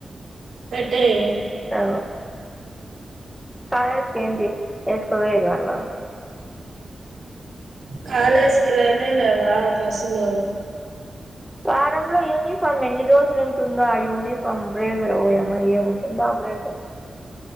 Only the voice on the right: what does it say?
పెట్టేయ్
కాలజ్ కి లేనే లేవా డ్రస్సులు